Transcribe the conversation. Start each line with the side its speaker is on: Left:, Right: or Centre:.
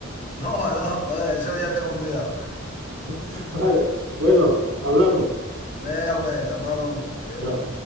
Left: No, no, joder, eso ya tengo cuidado.
Right: <laughs> Vale, bueno, hablamos.
Left: Venga, pues, hablamos. Adiós.
Right: Chao.